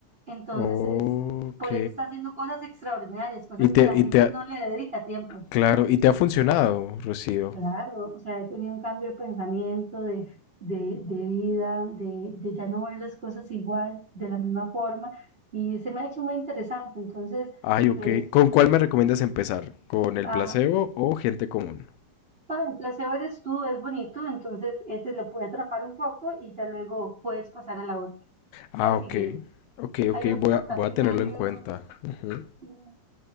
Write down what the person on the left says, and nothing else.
ok.
Y te,
y
te ha-
claro, y te ha funcionado, Rocío.
Ay, ok.
¿Con cuál me recomiendas empezar? ¿Con el
placebo o gente común?
Ah,
ok,
ok,
ok,
voy a,
voy a tenerlo
en cuenta. Ujú,